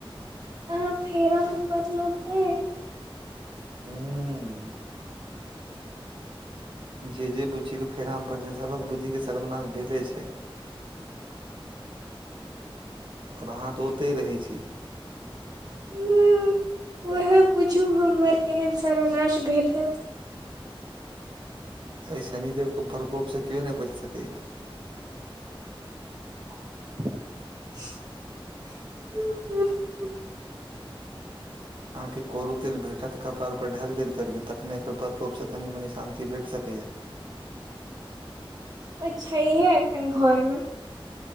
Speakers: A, on the right (about 45°); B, on the right (about 60°).
A: अहाँ फेरा मे परलौ तै
B: हूँ जे जे बुच्चीके फेराम पड़लै सभक बुद्धिके सर्वनाश भेले छै ओर अहाँ तऽ ओतहि रहै छी
A: हम्म, उएह बुझू हमर केहन सर्वनाश भेल हैत
B: एहि शनिदेवके प्रकोपसँ केओ नहि बचि सकैए
A: <unintelligible>
B: अहाँकेँ के कोरू तेल भेटत कपारपर ढालि दैत करियौ तखने एकर प्रकोपसँ कनि मनी शान्ति भेट सकैए
A: ओ छैहे एखन घरमे